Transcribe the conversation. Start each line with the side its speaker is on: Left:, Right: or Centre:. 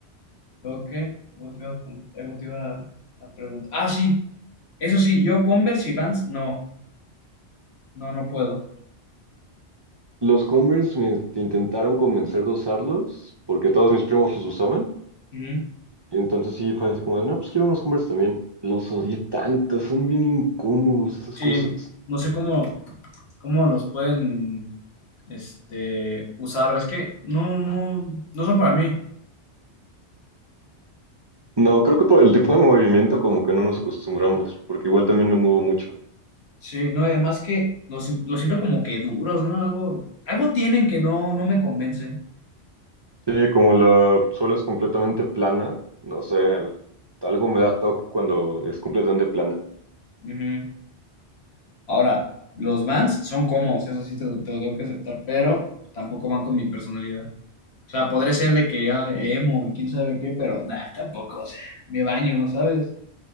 Left: Luego, que Algo te iba a, con- algo te iba a- a preguntar. Ah, sí, eso sí, yo Converse y Vans, no, no, no puedo.
Right: Los Converse me intentaron convencer de usarlos porque todos mis primos los usaban.
Left: Ujú.
Right: Y entonces sí fue así como de, no, pues quiero unos Converse también. Los odié tanto, son bien incómodos esas
Left: Sí,
Right: cosas.
Left: no sé cómo, cómo los pueden. este, usar. Es que no, no, no son para mí.
Right: No, creo que por el tipo de movimiento como que no nos acostumbramos, porque igual también me muevo mucho.
Left: Sí, no, y además que los, sin- los siento como que duros, ¿no? Algo, algo tienen que no, no me convencen.
Right: Sí, como la suela es completamente plana, no sé, algo me da toque cuando es completamente plana.
Left: Ujú. Ahora, los Vans son cómodos, eso sí te lo, te lo tengo que aceptar, pero tampoco van con mi personalidad. O sea, podré ser de que ya emo y quién sabe qué, pero nada, tampoco, o sea, me baño, ¿sabes?